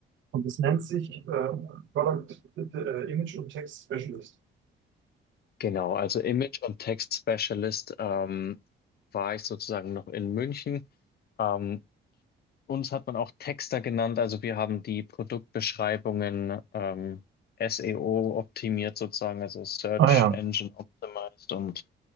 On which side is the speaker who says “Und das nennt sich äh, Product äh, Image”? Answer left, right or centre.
Right